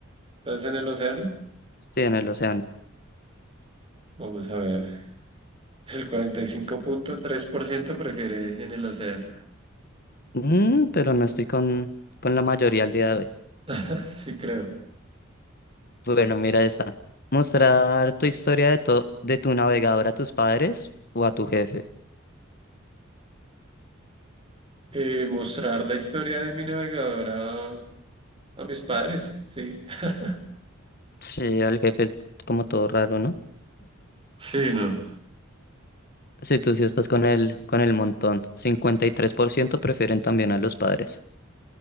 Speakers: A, on the right; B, on the left.
A: Entonces, en el océano,
B: Estoy en el océano.
A: vamos a ver. El cuarenta y cinco punto tres por ciento prefiere en el océano.
B: Mm, pero no estoy con, con la mayoría al día de hoy.
A: <laughs> Sí, creo.
B: Bueno, mira esta. Mostrar tu historia de, to- de tu navegador a tus padres o a tu jefe.
A: Eh, mostrar la historia de mi navegador a, a mis padres, sí. <laughs>
B: Sí, al jefe es como todo raro, ¿no?
A: Sí, no.
B: Sí, tú sí estás con el, con el montón. 53% prefieren también a los padres.